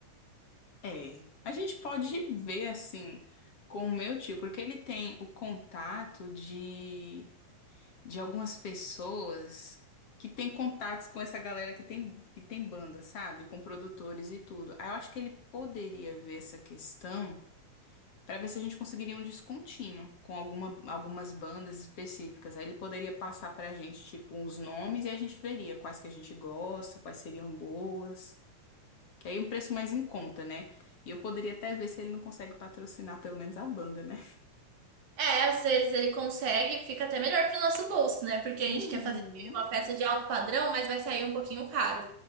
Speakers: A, on the left; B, on the right.
A: É. A gente pode ver assim com o meu tio, porque ele tem o contato de. de algumas pessoas que têm contatos com essa galera que tem, que tem banda, sabe? Com produtores e tudo. Aí eu acho que ele poderia ver essa questão para ver se a gente conseguiria um descontinho com alguma, algumas bandas específicas. Aí ele poderia passar pra gente, tipo, uns nomes e a gente veria quais que a gente gosta, quais seriam boas. Que aí é um preço mais em conta, né? E eu poderia até ver se ele não consegue patrocinar pelo menos a banda, né?
B: É, às vezes ele consegue, fica até melhor pro nosso bolso, né? Porque a
A: Uhum.
B: gente quer fazer uma festa de alto padrão, mas vai sair um pouquinho caro.